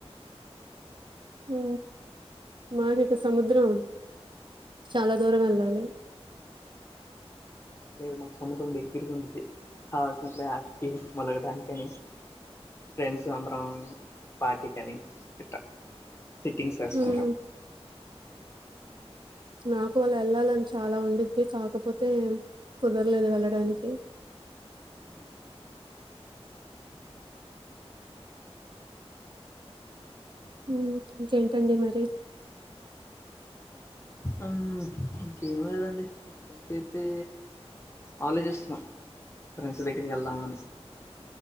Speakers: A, on the right; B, on the left.
A: హు మాకైతే సముద్రం చాలా దూరం వెళ్ళాలి
B: లేదు మాకు సముద్రం దగ్గరగా ఉండద్ది కావాల్సినప్పుడే యాటకి మొలగడానినికని ఫ్రెండ్స్ అందరం పార్టీ కని ఇట్ట సిటింగ్సేస్తుంటం
A: ఉమ్ నాకు వాళ్ళ వెళ్ళాలని చాలా ఉండిద్ది కాకపోతే కుదరలేదు వెళ్ళడానికి
B: హు
A: హు ఇంకేంటండి మరి
B: ఆహ్ ఇంకేం లేదండి పుస్తక తితీ ఆలోచిస్తున్నాం ఫ్రెండ్స్ దగ్గరికి వెళ్దామని